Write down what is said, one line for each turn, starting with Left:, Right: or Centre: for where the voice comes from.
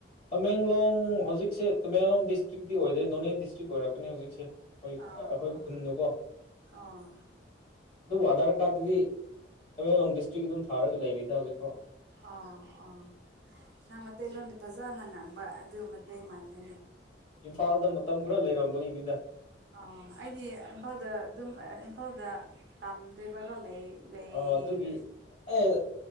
Left: ꯇꯃꯦꯡꯂꯣꯡ ꯍꯧꯖꯤꯛꯁꯦꯠ ꯇꯃꯦꯡꯂꯣꯡ ꯗꯤꯁꯇ꯭ꯔꯤꯛꯇꯤ ꯑꯣꯏꯔꯦ ꯅꯣꯅꯦ ꯗꯤꯁꯇ꯭ꯔꯤꯛ ꯑꯣꯏꯔꯛꯀꯅꯤ ꯍꯧꯛꯁꯦ ꯑꯩꯈꯣꯏ
Right: ꯑꯣ
Left: ꯑꯩꯈꯣꯏ ꯈꯨꯟꯗꯨꯀꯣ
Right: ꯑꯣ
Left: ꯑꯗꯨꯕꯨ ꯑꯙꯥꯔ ꯀꯥꯔꯠꯇꯗꯤ ꯇꯃꯦꯡꯂꯣꯡ ꯗꯤꯁꯇ꯭ꯔꯤꯛꯀꯤ ꯑꯗꯨꯝ ꯊꯥꯔꯒ ꯂꯩꯔꯤꯗ ꯍꯧꯖꯤꯛꯐꯥꯎ
Right: ꯑꯣ ꯑꯣ ꯅꯪ ꯃꯩꯇꯩꯂꯣꯟꯗꯤ ꯐꯖꯅ ꯉꯥꯡꯕ ꯑꯗꯨ ꯂꯩ ꯃꯥꯟꯅ
Left: ꯏꯝꯐꯥꯜꯗ ꯃꯇꯝ ꯈꯔ ꯂꯩꯔꯝꯕꯒꯤꯅꯤꯗ
Right: ꯑ ꯑꯩꯗꯤ ꯏꯝꯐꯥꯜꯗ ꯑꯗꯨꯝ ꯏꯝꯐꯥꯜꯗ ꯇꯝꯗ꯭ꯔꯤꯕꯒ ꯂꯩ ꯂꯩ
Left: ꯑꯣ ꯑꯗꯨꯒꯤ ꯑꯩ